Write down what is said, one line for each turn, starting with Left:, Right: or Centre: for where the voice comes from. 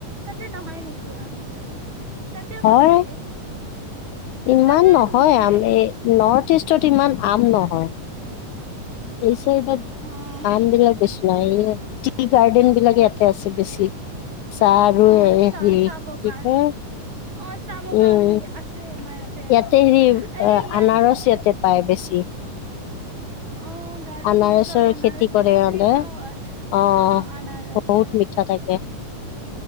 Right: তাতে নহয় নেকি আম বিলাক তাতে
Left: হয়
Right: চাগে
Left: ইমান
Right: তাতে
Left: নহয়
Right: বে
Left: আম নৰ্থ ইষ্ট ইমান আম নহয় এই চ এইবাৰ
Right: অ',
Left: আম বিলাক বেছু নাই এই টি গাৰ্ডেন বিলাক ত আছিলি বেছি চাহ আৰু
Right: অ',
Left: হেৰি
Right: চাহ চাহ বগান
Left: কি ক
Right: অ', চাহ বগান
Left: উম
Right: আছে আমাৰ
Left: ইয়াতে
Right: অ',
Left: হেৰি
Right: আৰে ইয়াতে
Left: আনাৰস ইয়াতে পায় বেছি।
Right: অ', গাৰো
Left: আনাৰসৰ
Right: হিলছৰ আনাৰস
Left: খেতি
Right: বহুত
Left: কৰে মানে
Right: মিঠা হয়
Left: অঁ
Right: অ', আনাৰস
Left: বহুত
Right: অ',
Left: মিঠা থাকে